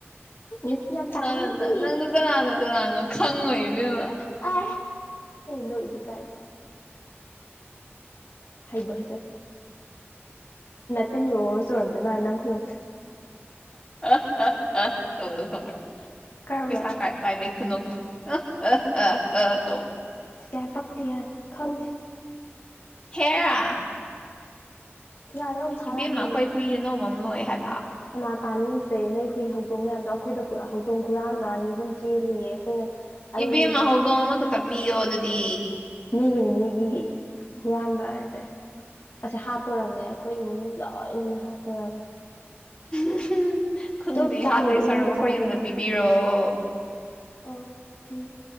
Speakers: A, on the left (about 55°); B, on the left (about 20°).
A: ꯏꯁ ꯌꯥꯝ
B: ꯀ
A: ꯇꯥꯅꯤꯡꯗꯤꯌꯦ
B: ꯅꯪꯅ ꯀꯅꯥꯅꯣ ꯀꯅꯥꯅꯣ ꯈꯪꯉꯣꯏ ꯏꯕꯦꯝꯃ
A: ꯑ ꯅꯣꯣꯏꯗꯤ ꯀꯥꯏꯗꯣ ꯍꯩꯕ ꯍꯩꯖꯗꯦ ꯇꯤꯟꯒ ꯆꯧꯔꯝꯗꯣꯏꯃ ꯅꯪ ꯈꯨꯗꯨ
B: ꯑ ꯑꯥ ꯑ ꯇꯗꯧ ꯈꯪꯕ꯭ꯔ
A: ꯀꯔꯝꯕ
B: ꯄꯩꯁꯥ ꯀꯥꯏ ꯄꯥꯏꯕꯩ ꯈꯨꯅꯣꯛꯇꯣ ꯑ ꯑ ꯑꯥ ꯑ ꯇꯧ
A: ꯁ ꯌꯥꯝ ꯄꯛꯇꯤ ꯌꯥꯏ ꯈꯪꯗꯦ
B: ꯈꯦꯔ
A: ꯌꯥꯔꯦ ꯑꯃꯨꯛ ꯊꯥꯔꯛꯑꯅꯨ
B: ꯏꯕꯦꯝꯃ ꯑꯩꯈꯣꯏ ꯍꯨꯏ ꯑꯅꯧꯕ ꯑꯃ ꯂꯣꯏ ꯍꯥꯏꯕ
A: ꯃꯃꯥ ꯇꯥꯅꯤꯡꯗ꯭ꯔꯦ ꯅꯣꯏ ꯍꯨꯏ ꯍꯧꯗꯣꯡ ꯃꯌꯥꯝꯗꯣ ꯑꯩꯈꯣꯏꯗ ꯍꯧꯗꯣꯡ ꯍꯨꯔꯥꯟꯕ ꯑꯅꯤ ꯑꯍꯨꯝ ꯆꯦꯜꯂꯤꯌꯦ ꯑꯩꯈꯣꯏꯅ ꯑꯩꯅ
B: ꯏꯕꯦꯝ ꯃꯍꯗꯣꯡ ꯑꯃꯈꯛꯇ ꯄꯤꯌꯣ ꯑꯗꯨꯗꯤ
A: ꯃꯤꯒꯤ ꯅꯤꯅꯤꯒꯤ ꯍꯨꯔꯥꯟꯕ ꯍꯥꯏꯁꯦ ꯑꯁꯦ ꯍꯥꯠꯇꯣꯔꯔꯕꯅꯦ ꯑꯩꯈꯣꯏ ꯏꯃꯨꯡ ꯃꯤ ꯂꯣꯏꯅꯅ ꯍꯥꯠꯇꯣꯔꯝꯅꯦ
B: ꯎ ꯈꯪꯗꯦ
A: ꯇꯨ ꯆꯥꯈ꯭ꯔꯦ
B: ꯍꯥꯠꯇꯦ
A: ꯏꯃꯨꯡꯗ
B: ꯁꯔꯨ ꯑꯩꯈꯣꯏ
A: ꯆꯥꯈ꯭ꯔꯦ
B: ꯌꯨꯝꯗ ꯄꯤ ꯍꯥꯏꯕꯤꯔꯛꯑꯣ
A: ꯑꯣ ꯃꯤ